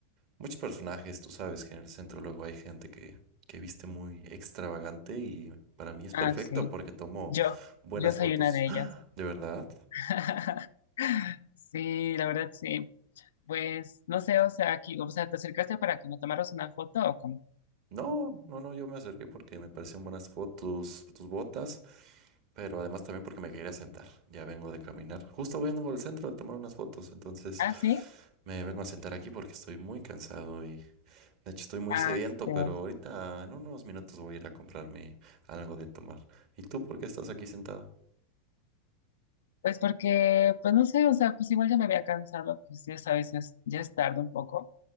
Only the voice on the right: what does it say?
muchos personajes. Tú sabes que en el centro luego hay gente que, que viste muy extravagante y para mí es
perfecto
porque tomo
buenas
fotos.
<gasps> ¡Ah!
¿De verdad?
No, no, no, yo me acerqué porque me parecían buenas fotos, tus botas, pero además también porque me quería sentar. Ya vengo de caminar. Justo voy vengo al centro de tomar unas fotos, entonces
me vengo a sentar aquí porque estoy muy cansado y De hecho, estoy muy
sediento,
pero
ahorita en unos minutos voy a ir a comprarme algo de tomar. ¿Y tú por qué estás aquí sentado?